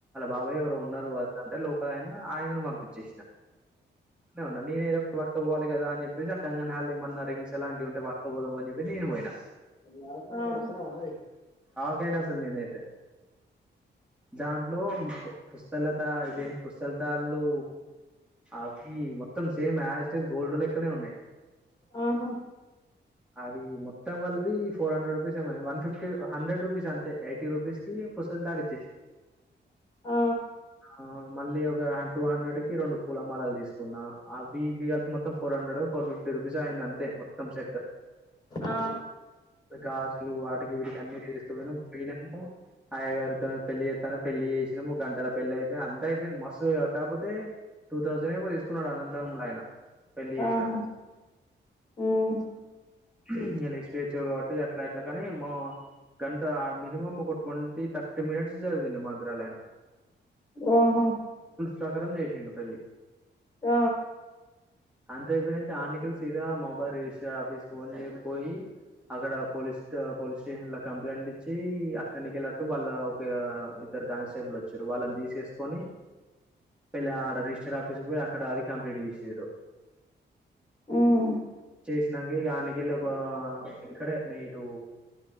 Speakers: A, in the centre; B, on the left (about 25°).
A: బాబాయ ఎవరో ఉన్నారు అద అంటే లోకలాయన ఆయనను పంపించారు. చేసినా, ఉన్నా నేను ఏదో పట్టకపోవాలి కదా అని చెప్పేసి, ఆ కంగన్ హల్ ఏమన్నా రింగ్స్ ఎలాంటివింటే పట్కపోదం అని చెప్పి నేను పోయినా.
B: ఉ హూ
A: ఎప్పటికైనా అసలు నేనైతే దాంట్లో పుస్తలతా ఇదేంటి. పుస్తలతాళ్లు ఆకి, మొత్తం same as it is gold లెక్కనే ఉన్నాయి.
B: ఆహా.
A: అవి మొత్తం కలిపి ఫోర్ హండ్రెడ్ రూపీస్ ఏమో, వన్ ఫిఫ్టీ, హండ్రెడ్ రూపీస్ అన్ తే. ఎయిటి రూపిస్కి పుస్తెలతాడ్ ఇ
B: ఆ.
A: ఆ మళ్ళీ ఒక టూ హండ్రెడ్ కి రెండు పూలమాలలు దిసుకున్నా. అవి ఇవి కలిపి మొత్తం ఫోర్ హండ్రెడో, ఫై ఫోర్ ఫిఫ్టీ రూపీస్ అయింది అంతే, మొత్తం సెట్.
B: ఆ
A: గాజులు వాటికి, వీటికి అన్ని తీసుకుపోయినామ్ పోయినము. అయ్యాగారు, పెళ్లి చేతన్నం, పెళ్లి చేసినము గంటలో పెళ్లి అయిపోయింది. అంత అయిపోయింది, మస్తు కాకపోతే, టూ తౌసండ్ ఏమో తీస్, న్నాడు అనంతములైనా, పెళ్లిచేసినాడు.
B: ఆహా ఉమ్
A: ఇగ లేసిపోయి అచ్చాన్రూ కాబట్టి అట్లా, ఇట్లా కాని మ గంట, మినిమం ఒక ట్వంటీ, థర్టీ మినిట్స్ చదివిండు, మంత్రాలైన.
B: ఆహా.
A: సకరం జేసిండు పెళ్లి.
B: ఆ.
A: అంత అయిపోయినంక ఆన్నికల్ సీదా, మొబైల్ రిజిస్టర్ ఆఫీస్ ఫోన్ చేయకపోయి, అక్కడ పోలీస్ట్, పోలీస్ స్టేషన్ లో కంప్లైంట్ ఇచ్చి, అక్కడినీకి అటు వాళ్ళ పే ఇద్దరు కానిస్టేబుల్లు ఓచ్చిన్రూ, వాళ్ళని దిసేస్కొని, పేళ్ళ ఆడ రిజిస్టర్ ఆఫీస్కి పోయి, అక్కడ అది కంప్లీట్ చేసిన్రూ.
B: ఉమ్
A: చేసినాంక్. దానీకేళ్ళి ఒక ఇక్కడే, నే ఇటు